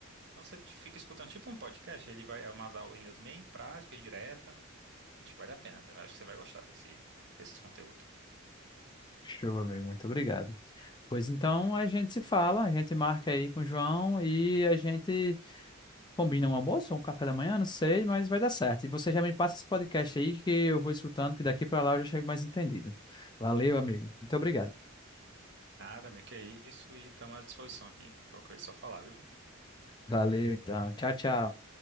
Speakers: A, on the right; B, on the left.
A: Então você fica escutando tipo um podcast, ele vai umas aulinhas bem práticas, direta, Acho que vale a pena. Acho que você vai gostar desse, desse conteúdo.
B: Show, amigo. Muito obrigado. Pois então a gente se fala, a gente marca aí com o João e a gente combina um almoço ou um café da manhã, não sei, mas vai dar certo. E você já me passa esse podcast aí que eu vou escutando, que daqui para lá eu já chego mais entendido. Valeu, amigo. Muito obrigado.
A: Nada, meu, que é isso. E estamos à disposição aqui. Qualquer coisa é só falar, viu?
B: Valeu, então. Tchau, tchau.